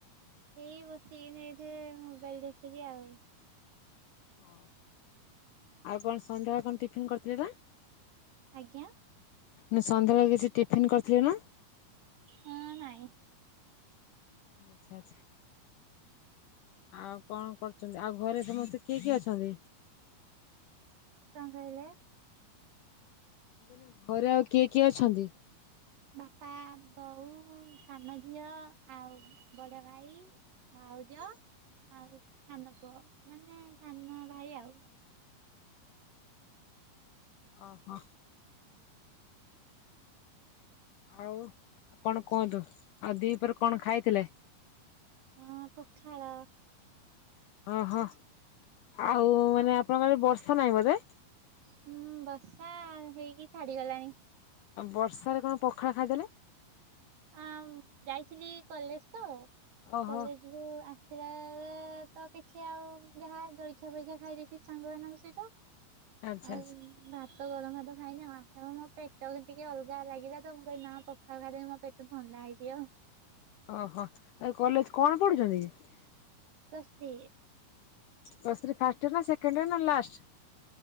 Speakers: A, on the right; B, on the left.
A: ଏଇ ବସିକିିନି ଏଠି ମୋବାଇଲ ଦେଖୁଥିଲି ଆଉ।
B: ହଉ ଆଉ କଣ ସନ୍ଧ୍ୟାବେଳେ କଣ ଟିଫିିନ କରିଥିଲେ ପା?
A: ଆଜ୍ଞା।
B: ନା ସନ୍ଧ୍ୟାବେଳେ ଆଉ କିଛି ଟିଫିନ କରିଥିଲେ ନା?
A: ହଁ ନାଇଁ।
B: ଆଛା ଆଛା। ଆଉ କଣ କରୁଛନ୍ତି ଆଉ ଘରେ ସମସ୍ତେ କିଏ କିଏ ଅଛନ୍ତି?
A: କଣ କହିଲେ?
B: ମୁଁ କହିଲି ଘରେ ଆଉ କିଏ କିଏ ଅଛନ୍ତି?
A: ବାପା, ବୋଉ, ସାନ ଝିଅ ଆଉ ବଡ ଭାଇ। ଭାଉଜ ଆଉ ସାନ ପୁଅ ମାନେ ସାନ ଭାଇ ଆଉ।
B: ଅ ହଁ। ଆଉ କଣ କୁହନ୍ତୁ ଆଉ ଦି ପରେ କଣ ଖାଇଥିଲେ?
A: ହଁ ପଖାଳ।
B: ଓହୋ ଆଉ ମାନେ ଆପଣମାନେ ବର୍ଷା ନାହିଁ ବୋଧେ?
A: ହୁଁ ବର୍ଷା ହେଇକି ଛାଡିଗଲାଣି।
B: ବର୍ଷାରେ କଣ ପଖାଳ ଖାଇଦେଲେ?
A: ଆଉ ଯାଇଥିଲି କଲେଜ ତ
B: ଓହୋ
A: କଲେଜ ରୁ ଆସିଲା ଵେଳେ ତ ଦେଖିଆ ଆଉ ଯାହା ଜଳଖିଆ ଫଳଖିଆ ଖାଇଦେଇଛି ସାଙ୍ଗମାନଙ୍କ ସହିତ
B: ଆଚ୍ଛା
A: ଆଉ
B: ଆଚ୍ଛା
A: ଭାତ ଗରମ ଭାତ ଖାଇନି ମୋ ପେଟ ବି ଟିକେ ଅଲଗା ଲାଗିଲା ତ ମୁଁ କହିଲି ନା ପଖାଳ ଖାଇଦବି ମୋ ପେଟ ମତେ ଥଣ୍ଡା ହେଇଛି ଗୋ
B: ଓହୋ ଆଉ କଲେଜ କଣ ପଢୁଛନ୍ତି କି?
A: Plus three.
B: Plus three first year ନା ସେକେଣ୍ଡ ୟର ନ ଲାଷ୍ଟ?